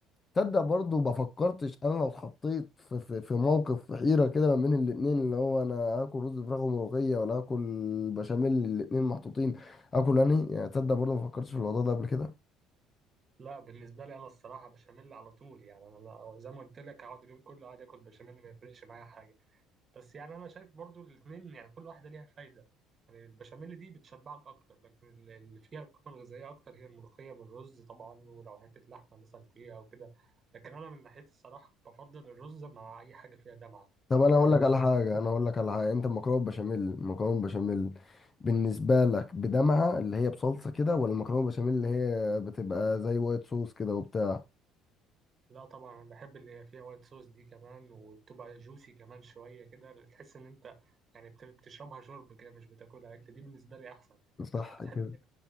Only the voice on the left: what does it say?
تصدق برضو ما فكرتش انا لو اتحطيت في, في, في موقف في حيره كده ما بين الاتنين اللي هو انا هاكل رز فراخ وملوخيه ولا هاكل بشاميل الاتنين محطوطين اكل انهي يعني تصدق برضو ما فكرتش في الموضوع ده قبل كده
طب انا
هقول لك
على حاجه انا هقول لك على حاجه انت المكرونه بشاميل المكرونه بشاميل بالنسبه لك بدمعه اللي هي بصلصه كده ولا المكرونه بشاميل اللي هي بتبقى زي وايت صوص كده وبتاع
صح
كده